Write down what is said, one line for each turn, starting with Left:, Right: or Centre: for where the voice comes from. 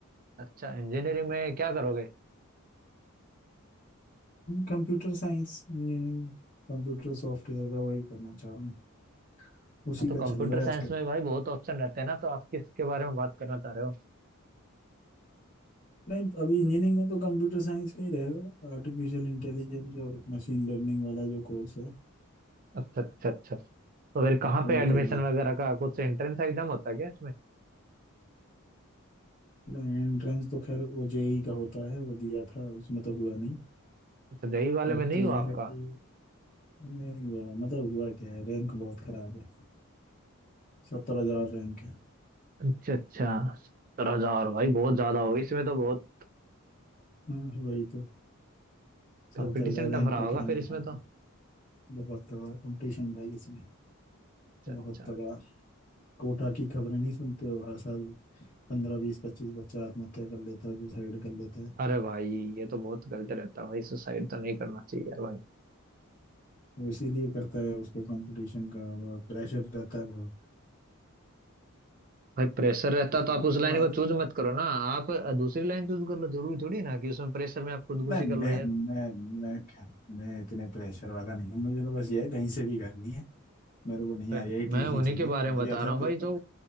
Right: अच्छा इंजीनियरिंग में क्या करोगे
Left: Computer science engineering computer software का वही करना चाह रहा हूँ उसी
Right: हाँ तो
Left: का
Right: कंप्यूटर
Left: चल रहा
Right: साइंस
Left: है
Right: में भाई बहुत ऑप्शन रहते हैं ना तो आप किसके बारे में बात करना चाह रहे हो
Left: नहीं अभी इंजीनियरिंग में तो कंप्यूटर साइंस का ही रहेगा आर्टिफिशियल इंटेलिजेंस और मशीन लर्निंग वाला जो कोर्स है
Right: अच्छा अच्छा अच्छा तो फिर कहाँ
Left: वो
Right: पे एडमिशन
Left: करना
Right: वगैरह का कुछ एंट्रेंस एग्जाम होता है क्या इसमें
Left: एंट्रेंस तो खैर वो जेई का होता है वो दिया था उसमें तो हुआ नहीं
Right: अच्छा जेई वाले
Left: अब
Right: में नहीं
Left: तो ये
Right: हुआ आपका
Left: है कि नहीं हुआ मतलब हुआ क्या है रैंक बहुत खराब है सत्तर हजार रैंक है
Right: अच्छा अच्छा सत्रह हजार भाई बहुत ज्यादा होगी इसमें तो बहुत
Left: हाँ, वही तो सत्तर
Right: कंपटीशन
Left: हजार रैंक
Right: टफ रहा
Left: पे
Right: होगा
Left: क्या मिलना
Right: फिर इसमें
Left: आपको
Right: तो
Left: बहुत तगड़ा कंपटीशन भाई इसमें
Right: अच्छा
Left: बहुत
Right: अच्छा
Left: तगड़ा कोटा की खबरें नहीं सुनते हो हर साल पंद्रह बीस पच्चीस बच्चा आत्महत्या कर लेता है सुसाइड कर लेता है
Right: अरे भाई ये तो बहुत गलत रहता है भाई सुसाइड तो नहीं करना चाहिए यार भाई
Left: वो इसीलिए करता है उसको कंपटीशन का प्रेशर रहता है बहुत
Right: भाई प्रेशर रहता तो आप
Left: बड़ा
Right: उस
Left: बड़ा-
Right: लाइन को चूज मत करो ना आप दूसरी लाइन चूज कर लो जरूरी थोड़ी ना कि उसमें प्रेशर में आप खुदकुशी
Left: नहीं
Right: कर लो
Left: मैं
Right: यार
Left: मैं मैं खैर, मैं इतने प्रेशर वाला नहीं हूँ मुझे तो बस ये है कहीं से भी करनी है मेरे को नहीं
Right: मैं
Left: आईआईटी ही
Right: उन्हीं
Left: चाहिए
Right: के बारे में
Left: दिया
Right: बता
Left: था
Right: रहा
Left: पेपर
Right: हूँ भाई जो